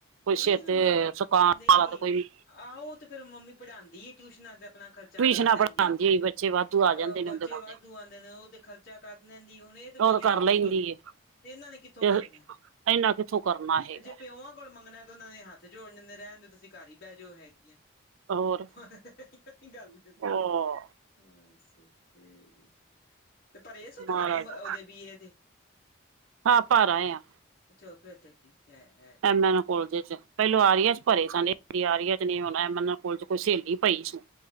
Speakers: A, on the right (about 80°); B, on the left (about 45°).
A: ਕੋਈ
B: ਫਰੀ,
A: ਸਿਰ ਤੇ ਸੁਕਾਉਣ
B: ਨਹੀਂ
A: ਵਾਲਾ ਤੇ ਕੋਈ
B: ਆਹ ਓ ਤੇ ਫਿਰ ਮੰਮੀ ਪੜ੍ਹਾਉਂਦੀ ਟਿਊਸ਼ਨਾਂ ਤੇ ਆਪਣਾ ਖਰਚ ਖਰਚਾ
A: ਟਿਊਸ਼ਨਾਂ
B: ਕਰ ਲੈਂਦੀ
A: ਪੜ੍ਹਾਉਂਦੀ
B: ਹੈ,
A: ਹੋਈ ਬੱਚੇ ਵਾਧੂ
B: ਅਹ
A: ਆ ਜਾਂਦੇ ਨੇ
B: ਬੱਚੇ
A: ਉਹਦੇ ਕੋਲ
B: ਵਾਧੂ
A: ਤੇ
B: ਆਉਂਦੇ ਨੇ ਉਹ ਤੇ ਖਰਚਾ ਕਰ ਲੈਂਦੀ ਏ ਹੁਣ ਇਹ ਵਿਚਾਰੀਆਂ
A: ਉਹ ਤਾਂ ਕਰ
B: ਕਿੱਥੋਂ
A: ਲੈਂਦੀ
B: ਕਰਨ,
A: ਏ
B: ਤੇ ਇਹਨਾਂ ਨੇ ਕਿੱਥੋਂ
A: ਤੇ
B: ਕਰਨਾ,
A: ਇੰਨਾ ਕਿੱਥੋਂ ਕਰਨਾ ਹੈਗਾ
B: ਜੇ ਪਿਉਾਂ ਕੋਲ ਮੰਗਣਾ ਤੇ ਉਹਨਾਂ ਨੇ ਹੱਥ ਜੋੜ ਦਿੰਦੇ, ਰਹਿਣ ਦੇ ਤੁਸੀਂ ਘਰ ਹੀ ਬਹਿ ਜਾਓ ਹੈਗੀਆ
A: ਹੋਰ
B: ਹਾ ਹਾ ਹਾਹਾ ਹੀ ਪਕੀ ਗਲ ਏ ਨਾ,
A: ਉਹ
B: ਹੱਸ ਇਹ ਵੀ ਤੇ ਭਰੇ ਸੀ
A: ਮਹਾਰਾਜ
B: ਫਾਰਮ ਅ ਉਹਦੇ ਬੀਏ ਦੇ
A: ਹਾਂ ਭਰ ਆਏ ਹਾਂ
B: ਚਲੋ ਫੇਰ ਤਾਂ ਠੀਕ ਹੈ, ਹੈ
A: ਐਮ ਐ ਕਾਲਜ 'ਚ, ਪਹਿਲਾ ਆਰੀਆ 'ਚ ਭਰੇ ਸਾਡੇ ਕਹਿੰਦੀ ਆਰੀਆ 'ਚ ਨਹੀ ਹੋਣਾ, ਐਮ ਐ ਕਾਲਜ 'ਚ ਕੋਈ ਸਹੇਲੀ ਪਈ ਸੀ